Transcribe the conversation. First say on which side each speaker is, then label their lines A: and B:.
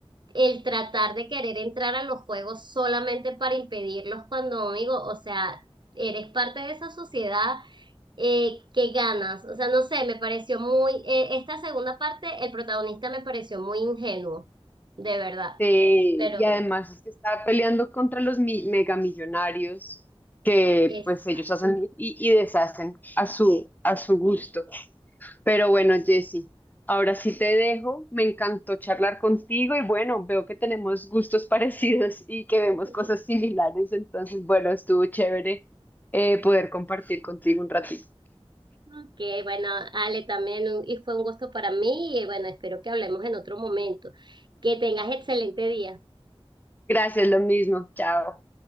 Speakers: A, on the right; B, on the left.
A: el tratar de querer entrar a los juegos solamente para impedirlos cuando, amigo, o sea, eres parte de esa sociedad eh, que ganas. O sea, no sé, me pareció muy, eh, esta segunda parte, el protagonista me pareció muy ingenuo, de verdad.
B: Sí,
A: Pero,
B: y además es que está peleando contra los mi- megamillonarios que
A: exacto.
B: pues ellos hacen y, y deshacen a su, a su gusto. Pero bueno, Jessy, ahora sí te dejo. Me encantó charlar contigo y bueno, veo que tenemos gustos <laughs> parecidos y que vemos
A: <laughs>
B: cosas similares. Entonces, bueno, estuvo chévere eh, poder compartir contigo un ratito.
A: Ok, bueno, Ale, también un- y fue un gusto para mí y bueno, espero que hablemos en otro momento. Que tengas excelente día.
B: Gracias, lo mismo. Chao.